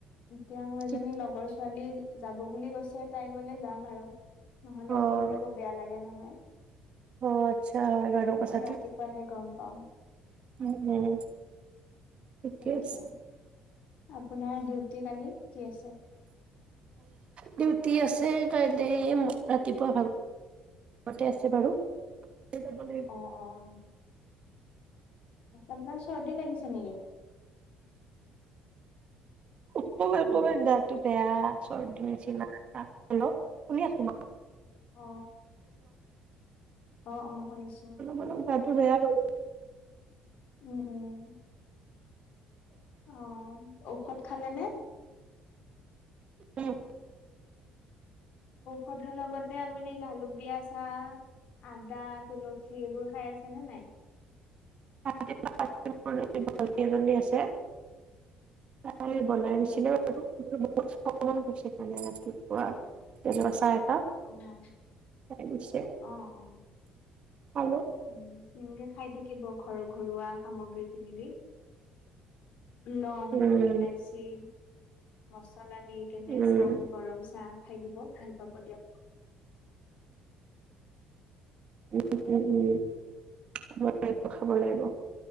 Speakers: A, on the left (about 55°); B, on the right (about 45°).
A: এতিয়া মোৰ এজনী
B: ঠিকে।
A: লগৰ ছোৱালীয়ে যাব বুলি কৈছে তাই গলে যাম আৰু নহলে
B: অ',
A: অকলে যাব বেয়া লাগে নহয়।
B: অ আচ্ছা হয় বাৰো
A: এ
B: কথাটো
A: ৰাতিপুৱাহে গম পাম।
B: উম উম ঠিকে
A: তাকে,
B: আছে।
A: আপোনাৰ ডিউটি কালি কি আছে
B: ডিউটি আছে কাইলৈ ৰাতিপুৱা ভাগতে আছে বাৰু। যাব লাগিব।
A: অ অ অ আপোনাৰ চৰ্দি লাগিছে নেকি।
B: অকনমান
A: হেল্ল'
B: অকনমান গাটো বেয়া চৰ্ডি হৈছে। হেল্ল' শুনি আছো
A: অ অ অ অ শুনিছো
B: অলপ অলপ গাটো বেয়া বাৰু।
A: উম উম অ ঔষধ খালে নে?
B: উম।
A: ঔষধৰ লগতে আপুনি জালুক। দিয়া চাহ আদা তুলসী এইবোৰ খাই আছে নে নাই।
B: <unintelligible> ভণ্টি এজনী আছে। তাই বনাই
A: হয়।
B: দিছিলে বাৰু। <unintelligible> গছে মানে ৰাতিপুৱা তেনেকুৱা চাহ। একাপ
A: অহ
B: খাই দিছে
A: অহ অ।
B: খালো
A: উম এনেকে খাই থাকিব ঘৰ ঘৰুৱা সামগ্ৰী খিনি দি। লং
B: উম
A: ইলাইচি। মছলা। দি কেনে
B: উম
A: চাহ গৰম চাহ। খাই দিব ভাল পাব দিয়ক।
B: উ উ উ খাব লাগিব খাব লাগিব